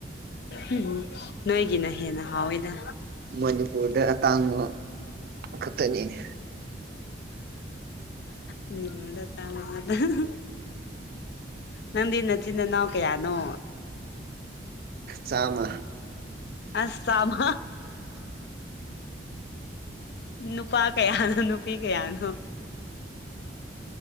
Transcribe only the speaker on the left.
ꯎꯝ ꯅꯣꯏꯒꯤꯅ ꯍꯦꯟꯅ ꯍꯥꯎꯋꯤꯗ
ꯃꯅꯤꯄꯨꯔꯗ ꯑꯇꯥꯡꯕ ꯈꯥꯠꯇꯪ ꯅꯪꯗꯤ ꯅꯆꯤꯟ ꯏꯅꯥꯎ ꯀꯌꯥꯅꯣ
ꯑꯁꯃ ꯅꯨꯄꯥ ꯀꯌꯥꯅꯣ ꯅꯨꯄꯤ ꯀꯌꯥꯅꯣ